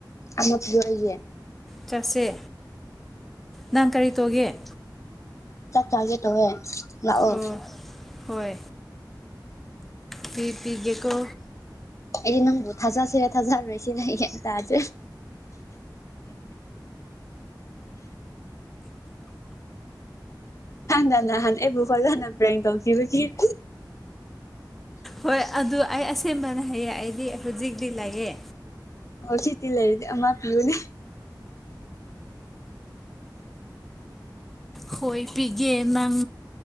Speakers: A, on the left; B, in the centre.
A: ꯑꯆ ꯌꯏꯦ
B: ꯆꯠꯁꯦ ꯅꯪ ꯀꯔꯤ ꯇꯧꯒꯦ
A: ꯆꯥꯛ ꯂꯒꯦ ꯇꯧꯋꯦ ꯂꯥꯛꯑꯣ
B: ꯑꯣ ꯍꯣꯏ ꯐꯤ ꯄꯤꯦꯀ
A: ꯑꯦꯅ ꯊꯖꯥ ꯁꯤꯔꯦ ꯊꯖꯥ ꯔꯣꯏꯁꯤ ꯅ ꯇ <inaudible> ꯅ ꯅ ꯍꯥꯟ ꯑꯦꯕꯨ ꯀꯗꯅ ꯄ꯭ꯔꯥꯏꯗꯣ ꯀꯕꯨ
B: ꯍꯣꯏ ꯑꯗꯨ ꯑꯩ ꯑꯁꯦꯡꯕꯅ ꯍꯥꯏꯌꯦ ꯑꯩꯗꯤ ꯍꯧꯖꯤꯛꯇꯤ ꯂꯩꯑꯦ꯫
A: ꯑꯣ ꯁꯤꯦꯇꯤ ꯂꯩꯔꯤꯗꯤ ꯑ ꯃꯥ ꯄꯤꯌꯨꯅꯦ
B: ꯍꯣꯏ ꯄꯤꯒꯦ ꯅꯪ